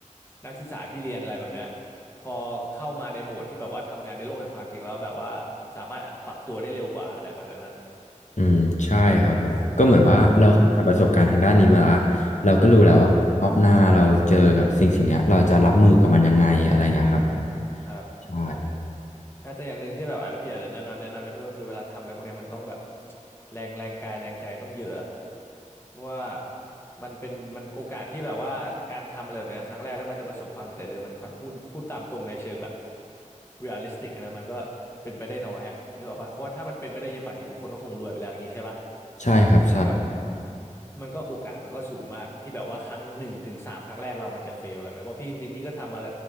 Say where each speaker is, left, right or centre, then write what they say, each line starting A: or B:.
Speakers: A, on the left (about 20°); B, on the left (about 65°).
A: นักศึกษาที่เรียนอะไรแบบเนี้ยพอเข้ามาในโหมดที่แบบว่าทำงานในโลกแห่งความจริงแล้วแบบว่าสามารถปรับตัวได้เร็วกว่าอะไรแบบนั้นอะ
B: อืมใช่ครับผมก็เหมือนว่าเราผ่านประสบการณ์ทางด้านนี้มาละเราก็รู้แล้วว่ารอบหน้าเราเจอกับสิ่งสิ่งเนี้ยเราจะรับมือกับมันยังไงอะไรเงี้ยครับผม
A: ใช่ใช่ ครับใช่
B: ใช่
A: ใช่แต่อย่างหนึ่งที่แบบอาจจะพี่อาจจะแนะนำแนะนำได้เพิ่มคือเวลาทำแล้วพวกเนี้ยมันต้องแบบ <tsk> แรงแรงกายแรงใจต้องเยอะอะเพราะว่ามันเป็นมันโอกาสที่แบบว่าการทำอะไรแบบเนี้ยครั้งแรกแล้วมันจะประสบความสำเร็จเลยมันค่อนพูดพูดตามตรงในเชิงแบบเรียลลิสติกนะมันก็เป็นไปได้น้อยอะนึกออกปะเพราะว่าถ้ามันเป็นไปได้เยอะป่านนี้ทุกคนก็คงรวยไปแล้วอย่างงี้ใช่ปะ
B: ใช่ครับใช่
A: ถ้าแบบ มันก็โอกาสมันก็สูงมากที่แบบว่าครั้งหนึ่งถึงสามครั้งแรกเรามันจะเฟลอะไรแบบนี้เพราะพี่จริงๆพี่ก็ทำอะไร